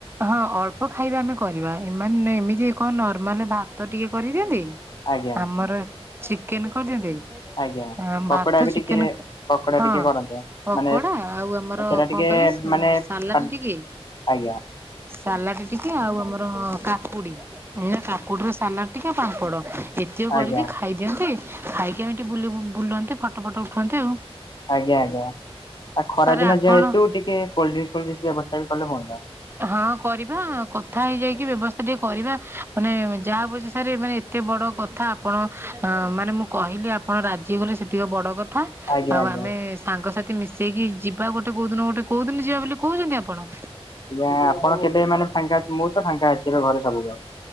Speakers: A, on the right; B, on the left.
A: ହଁ ଅଳ୍ପ ଖାଇବା ଆମେ କରିବା ଏମାନେ ଏମିତି କଣ ନର୍ମାଲ ଭାତ ଟିକେ କରିଦିଅନ୍ତି
B: ଆଜ୍ଞା
A: ଆମର ଚିକେନ କରିଦିଅନ୍ତେ
B: ଆଜ୍ଞା
A: ଅଁ
B: ପକୋଡା
A: ଭାତ
B: ବି
A: ଚିକେନ
B: ଟିକେ ପକୋଡା
A: ହଁ
B: ଟିକେ କରନ୍ତେ
A: ପକୋଡା
B: ମାନେ
A: ଆଉ ଆମର
B: ସେଟା ଟିକେ
A: କଣ କହିଲେ ସା
B: ମାନେ
A: ସାଲାଟ୍
B: ଆଜ୍ଞା
A: ଟିକେ
B: ଆଜ୍ଞା
A: ସାଲାଡ ଟିକେ ଆଉ ଆମର କାକୁଡି ଆଜ୍ଞା କାକୁଡିର ସାଲାଡ ଟିକେ ପାମ୍ପଡ ଏତିଓ କରିକି
B: ଆଜ୍ଞା
A: ଖାଇଦିଅନ୍ତି, ଖାଇକି ଆମେ ଟିକେ ବୁଲେ ବୁଲନ୍ତେ ଫଟୋ ଫଟ ଉଠନ୍ତେ ଆଉ।
B: ଆଜ୍ଞା ଆଜ୍ଞା ଆ ଖରା
A: ସାର୍
B: ଦିନ
A: ଆପଣ
B: ଯା ହେତୁ ଟିକେ କୋଲଡ୍ରିଙ୍କଡି ଫୋଲ୍ଡ୍ରିଙ୍କସ୍ ବ୍ୟବସ୍ଥା ବି କଲେ ହୁଅନ୍ତା
A: ହଁ କରିବା କଥା ହେଇଯାଇକି ବ୍ୟବସ୍ଥା ଟିକେ କରିବା ମାନେ ଯାହା ବୁଝିସାରି ମାନେ ଏ ଏତେ ବଡ କଥା ଆପଣ ଅ ମାନେ ମୁଁ କହିଲି ଆପଣ ରାଜି ହେଇଗଲେ ସେତିକ ବଡ କ କଥା
B: ଆଜ୍ଞା
A: ଆଉ
B: ଆଜ୍ଞା
A: ଆମେ ସାଙ୍ଗସାଥି ମିଶେଇକି ଯିବା ଗୋଟେ କୋଉ ଦିନ ଗୋଟେ କୋଉ ଦିନ ଯିବା ବୋଲି କହୁଛନ୍ତି ଆପଣ?
B: ଆଜ୍ଞା ଆପଣ କେବେ ମାନେ ଫାଙ୍କା ଅ ମୁଁ ତ ଫାଙ୍କା ଅଛି ଏବେ ଘରେ ସବୁ ଦିନ।